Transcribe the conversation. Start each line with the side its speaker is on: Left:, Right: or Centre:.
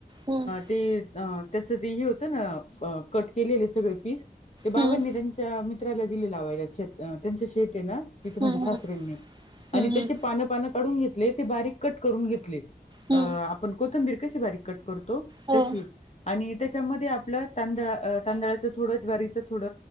Right: हम्म
Left: ते त्याच ते हे होत ना कट केलेले सगळे पीस. ते बाबांनी
Right: हम्म
Left: त्यांच्या मित्राला दिले लावायला शेत त्यांच शेत आहे ना तिथ म्हणजे
Right: हम्म
Left: सासऱ्यांंनी. आणि
Right: हम्म
Left: त्याची
Right: हम्म
Left: पान पान काढून घेतले ते बारीक कट करून घेतले.
Right: हम्म
Left: आपण कोथंबीर कशी बारीक कट करतो
Right: हो
Left: तशी. आणि त्याच्यामध्ये आपल तांदळा तांदळाच थोड, ज्वारीच थोड,